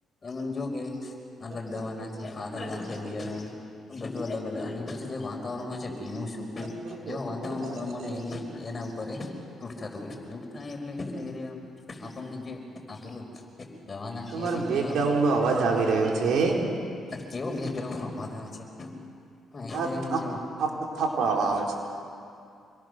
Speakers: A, on the left; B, on the right.
A: એને જો કે અલગ
B: તમે થોડુંક
A: દવા નાખી
B: જોરથી
A: ખાદર
B: બોલો ને અવાજ
A: નાખ
B: ઓછો આવે
A: બેર
B: છે
A: બધું અલગ અલગ અને પછી જે વા વાતાવરણ હોય છે ભીનું સૂકું
B: તમે થોડુંક જોરથી
A: એવા વાતાવરણ
B: બોલો ને અવાજ
A: પ્રમાણે
B: નથી આવતો
A: એ એના ઉપર તુંટ થતું હોયૂટ થાય એટલે આપણને જે આપેલું જવા નાખીએ
B: તમારો
A: એટલે પેલો
B: બેકગ્રાઉન્ડનો અવાજ આવી રહ્યો છે
A: કેવું બેચરવું નંધ આવે છે એટલે
B: હા
A: એનું
B: થપ
A: છે હા
B: થપ થપ આવે છે